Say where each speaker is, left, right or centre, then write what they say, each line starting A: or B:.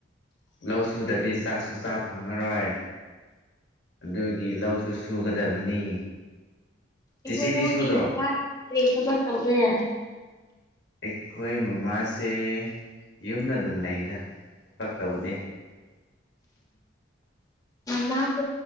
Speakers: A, on the left (about 70°); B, on the left (about 20°).
A: ꯂꯧ ꯁꯨꯗꯗꯤ ꯆꯥꯛꯁꯨ ꯆꯥꯕ ꯐꯪꯉꯔꯣꯏ ꯑꯗꯨꯒꯤ ꯂꯧꯁꯨ ꯁꯨꯒꯗꯕꯅꯤ ꯆꯦꯆꯦꯗꯤ
B: ꯏꯕꯨꯡꯉꯣꯒꯤ
A: ꯁꯨꯗ꯭ꯔꯣ
B: ꯃꯃ ꯀꯔꯤ ꯊꯕꯛ ꯇꯧꯒꯦ
A: ꯑꯩꯈꯣꯏ ꯃꯃꯥꯁꯦ ꯌꯨꯝꯗ ꯑꯗꯨꯝ ꯂꯩꯗ ꯊꯕꯛ ꯇꯧꯗꯦ
B: ꯎꯝ ꯉ